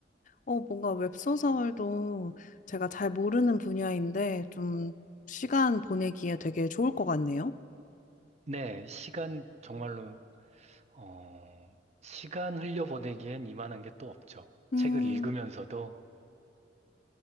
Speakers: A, on the left; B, on the right.
A: 어, 뭔가 웹소설도 제가 잘 모르는 분야인데 좀 시간 보내기에 되게 좋을 것 같네요.
B: 네, 시간 정말로 어, 시간 흘려보내기엔 이만한 게 또 없죠.
A: 음,
B: 책을 읽으면서도